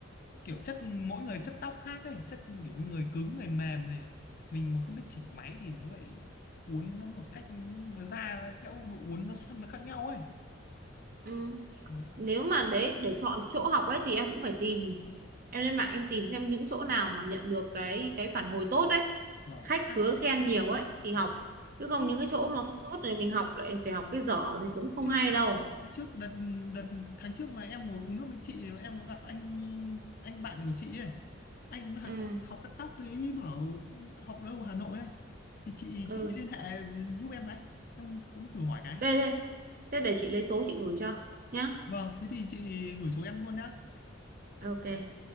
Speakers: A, on the left; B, on the right.
A: kiểu chất mỗi người chất tóc khác ấy chất kiểu người cứng người mềm này mình mà không biết chỉnh máy thì nó lại uốn nó một cách nó ra theo độ uốn nó xoăn nó khác nhau ấy
B: ừ.
A: Đấy.
B: nếu mà đấy để chọn chỗ học ấy thì em cũng phải tìm em lên mạng em tìm xem những chỗ nào mà nhận được cái cái phản hồi tốt ấy
A: Vâng.
B: khách
A: À,
B: khứa khen nhiều ấy thì học chứ không
A: trước
B: những cái chỗ mà không tốt thì mình học lại phải học cái dở thì cũng không
A: trước
B: hay đâu
A: trước đợt đợt tháng trước mà em ngồi uống nước với chị em có gặp anh anh bạn của chị ấy anh cũng học
B: ừ
A: học cắt tóc đấy bảo học ở đâu Hà Nội đây thì chị
B: ừ
A: tí liên hệ giúp em cái em cũng thử hỏi cái
B: đây đây Thế để chị lấy số chị gửi cho nhá.
A: vâng thế thì chị gửi số em luôn nhá
B: Ok.